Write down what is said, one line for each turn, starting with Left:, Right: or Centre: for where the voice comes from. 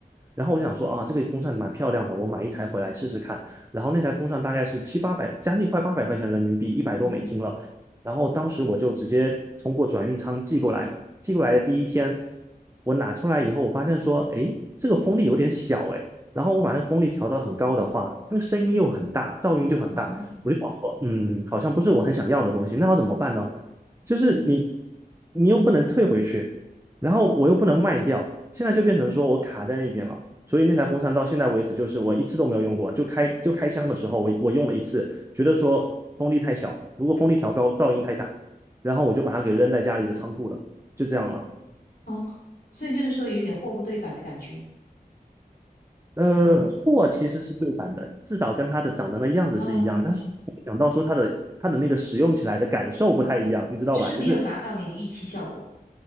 Right: 然后我想说啊，这个风扇蛮漂亮的，我买一台回来试试看。然后那台风扇大概是七八百，将近快八百块钱人民币，一百多美金了。
Left: 嗯哼，
Right: 然后当时我就直接通过转运仓寄过来，寄过来的第一天，我拿出来以后，我发现说，哎，这个风力有点小，哎，然后我把那个风力调到很高的话，那个声音又很大，噪音就很大，
Left: 嗯哼，
Right: 我就想说，嗯，好像不是我很想要的东西，那要怎么办呢？就是你，你又不能退回去，然后我又不能卖掉，现在就变成说我卡在那边了。所以那台风扇到现在为止，就是我一次都没有用过，就开就开箱的时候我，我我用了一次，觉得说风力太小，如果风力调高，噪音太大，然后我就把它给扔在家里的仓库了。就这样了。
Left: 哦，所以就是说有点货不对版的感觉，
Right: 呃，货其实是对版的，至少跟它的长得那样子是一样，
Left: 呃，
Right: 但是想到说它的它的那个使用起来的感受不太一样，你知道吧？
Left: 就是没有达到你的预期效果。
Right: 就是